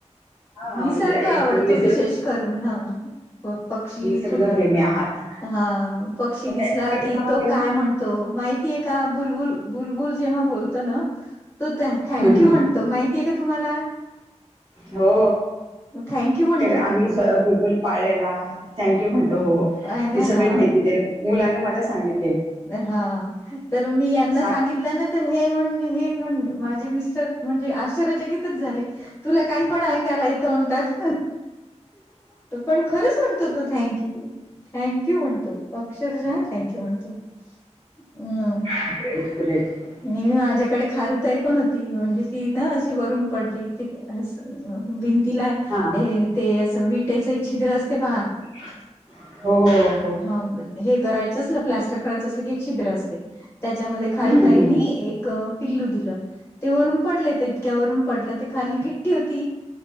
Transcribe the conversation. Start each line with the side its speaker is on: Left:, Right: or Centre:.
Right: हा
Left: निसर्ग
Right: म्हणजे
Left: आवडतो
Right: एकूण निसर्ग
Left: विशेष करून हा प पक्षी
Right: निसर्गप्रेमी
Left: फुलं
Right: आहात.
Left: हा पक्षी
Right: कविता
Left: दिसला की
Right: वगैरे
Left: तो काय म्हणतो माहि का बुलबुल बुलबुल जेव्हा बत ना त थक
Right: हं, हं.
Left: यू म्हणत त माहितीय का तुम्हाला
Right: हो
Left: थँक्यू म्हणतो
Right: त्या
Left: बुलबुल.
Right: आम्ही स्वः भुलबुल पाळलेला थँक यू म्हणतो हो
Left: आहे ना
Right: तेी सगळी
Left: हां
Right: माहिती त्या मुलांना मला सांगित
Left: हा तर मी यांना
Right: सात
Left: सांगित नंतर हे म्हण हे म्हण माझे मिस्टर म्हणजे आश्र्यचकितच झाले तुला काही पण ऐकायला येतं म्हणतात पण खरंच म्हणतो तो थँक यू थँंक यू म्हणतो अक्षरशहा थँक यू म्हणतो हंआ
Right: <unintelligible>
Left: नी मी माझ्याकडे खार ताई पण होती म्हणजे ती ना अशी वरून पडली ती अस म भिंतीला
Right: हा
Left: हे ते असं विटेचं एक छिद्र असते पहा
Right: <inaudible> हो
Left: हा हे करायचं असलं प्लास्टर करायचं असल की एक छिद्र असते त्याच्यामध्ये खारुताईनी
Right: हम्म हम्म
Left: एक पिल्लू दिलं. ते वरून पडले तर इतक्या वरून पडलं ते खाली गिट्टी होती.